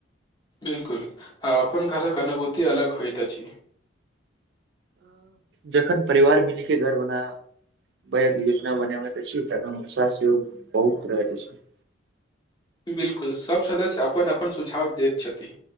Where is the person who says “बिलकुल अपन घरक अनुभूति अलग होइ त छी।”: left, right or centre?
Left